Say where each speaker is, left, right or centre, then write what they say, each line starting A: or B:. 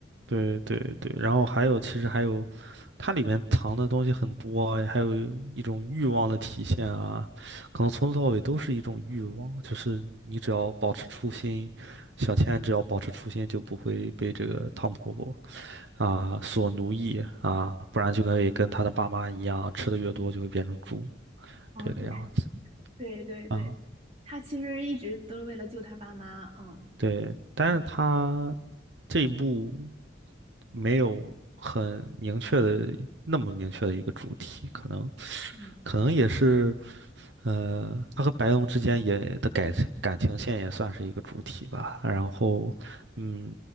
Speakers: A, on the right; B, on the right.
A: 对对对，然后还有，其实还有，它里面藏的东西很多，还有一种欲望的体现啊，可能从头到尾都是一种欲望，就是你只要保持初心，小千只要保持初心，就不会被这个汤婆婆啊所奴役啊，不然就可以跟她的爸妈一样，吃的越多就会变成猪
B: 哦，
A: 这个样子
B: 对对对对，
A: 啊。
B: 他其实一直都是为了救他爸妈。嗯，
A: 对，但是她。
B: 好吧
A: 这一部没有很明确的那么明确的一个主题，可能
B: 嗯
A: 可能也是呃，他和白龙之间也的感感情线也算是一个主题吧。然后，嗯，